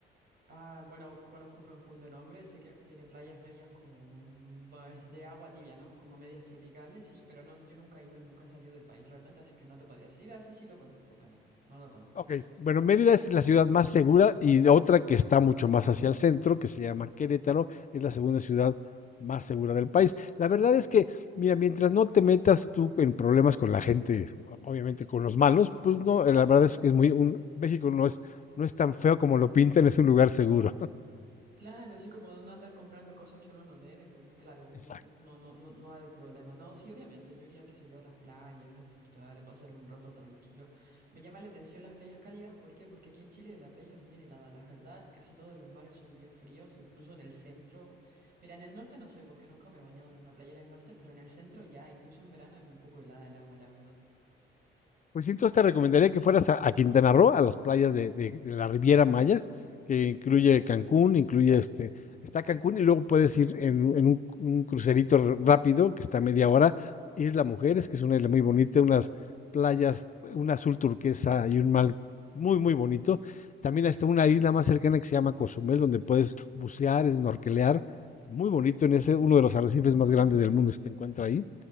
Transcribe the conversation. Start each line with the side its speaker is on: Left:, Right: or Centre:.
Right: Ah, bueno, conozco Cancún de nombre, sé que es- tiene playas medias como, mm, va, es de agua tibia, ¿no? Como medias tropicales, sí, pero no, yo nunca he ido, nunca he salido del país realmente, así que no te podría decir, así sí sí lo conozco, ¿por qué no? No lo conozco.
Left: Ok, bueno, Mérida es la ciudad más segura y otra que está mucho más hacia el centro, que se llama Querétaro, es la segunda ciudad más segura del país. La verdad es que, mira, mientras no te metas tú en problemas con la gente, o- obviamente con los malos, pues no, eh, la verdad es que es muy, un, México no es, no es tan feo como lo pintan, es un lugar seguro.
Right: Claro, sí, como no andar comprando cosas que uno no debe, pues claro,
Left: Exacto.
Right: no, no, no, no, no va a haber problema. No, sí, obviamente, yo iría, que se yo, a las playas, a disfrutar, a pasar un rato tranquilo. Me llama la atención las playas cálidas, ¿por qué? Porque aquí en Chile la playa es bien helada, la verdad, casi todos los mares son bien fríos, incluso en el centro. Mira, en el norte no sé, porque nunca me he bañado en una playa en el norte, pero en el centro ya, incluso en verano es un poco helada el agua, la verdad.
Left: Pues sí, entonces te recomendaría que fueras a, a Quintana Roo, a las playas de, de- de la Riviera Maya, que incluye Cancún, incluye este, está Cancún y luego puedes ir en, un, en un- un crucerito r- rápido que está a media hora, Isla Mujeres, que es una isla muy bonita, unas playas, un azul turquesa y un mar muy, muy bonito. También está una isla más cercana que se llama Cozumel, donde puedes bucear, snorkelear, muy bonito en ese, uno de los arrecifes más grandes del mundo se te encuentra ahí.